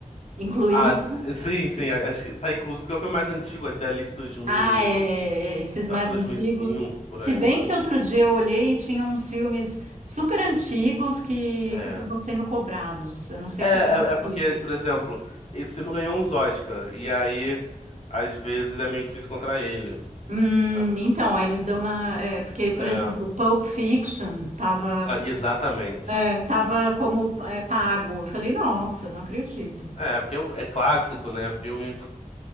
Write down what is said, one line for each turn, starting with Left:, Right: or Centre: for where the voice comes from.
Right: Incluído?
Left: Ah, d- sim, sim, a- acho que tá incluso, porque é um filme mais antigo, é dali de 2000
Right: Ah,
Left: e...
Right: é, é, é, esses
Left: Acho
Right: mais
Left: que 2005,
Right: antigos.
Left: por
Right: Se
Left: aí.
Right: bem que outro dia eu olhei e tinha uns filmes super antigos que
Left: É.
Right: que estavam sendo cobrados. Eu não sei
Left: É,
Right: qual
Left: é,
Right: o motivo.
Left: é porque, por exemplo, esse filme ganhou uns Oscar, e aí, às vezes, é meio difícil encontrar ele,
Right: Hum,
Left: sabe?
Right: então, aí eles dão uma. é, porque, por
Left: É,
Right: exemplo, Pulp Fiction tava,
Left: Ah, exatamente.
Right: é, tava como é, pago. Eu falei, nossa, não acredito.
Left: É, porque é um- é clássico, né? Filme,